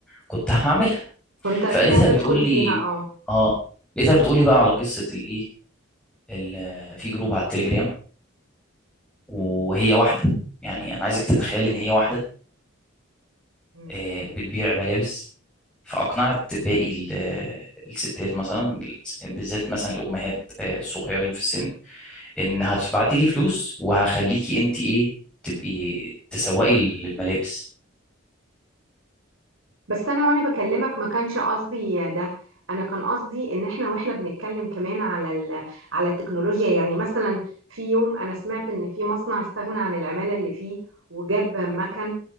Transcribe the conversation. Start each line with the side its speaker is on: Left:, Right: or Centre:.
Centre: كنت هعملها
Right: كنت اكيد
Centre: فقالتها
Right: هتدخل
Centre: بتقول لي
Right: فيها اه
Centre: آه لقيتها بتقول لي بقى على قصة الإيه ال- آه، في جروب على التليجرام وهي واحدة يعني أنا عايزك تتخيل إن هي واحدة
Right: مم.
Centre: آه، بتبيع ملابس فأقنعت باقي ال- آه، الستات مثلا بالذات مثلا الأمهات آه، الصغيرين في السن إن هتبعتي لي فلوس وهخليكي أنت إيه تبقي تسوقي للملابس
Right: بس انا وانا بكلمك ما كانش قصدي ده انا كان قصدي ان احنا واحنا بنتكلم كمان على ال... على التكنولوجيا يعني مثلا في يوم انا سمعت ان في مصنع استغنى عن العمالة اللي فيه وجاب مكن